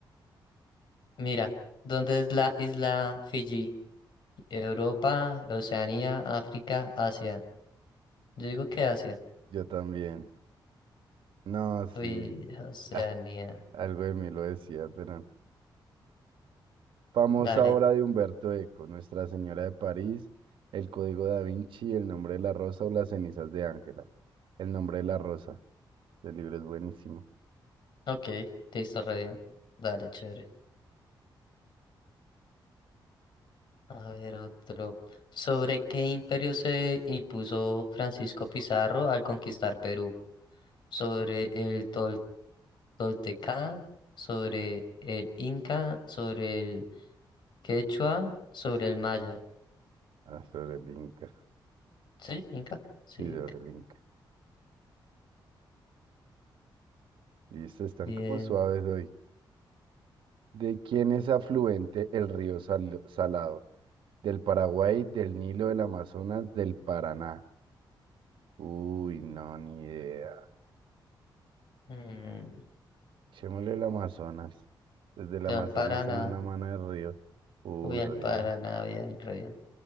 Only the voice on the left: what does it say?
Mira, ¿dónde es la isla Fiji? Europa, Oceanía, África, Asia. Yo digo que Asia.
Uy, Oceanía.
Dale.
Ok, te hizo re bien. Dale, chévere. A ver, otro. ¿Sobre qué imperio se impuso Francisco Pizarro al conquistar Perú? ¿Sobre el Tol- Tolteca? ¿Sobre el Inca? ¿Sobre el Quechua? ¿Sobre el Maya?
¿Sí? ¿Inca? Sí,
Inca.
Bien.
Mm,
voy
al Paraná.
Voy al
Paraná,
bien, re bien.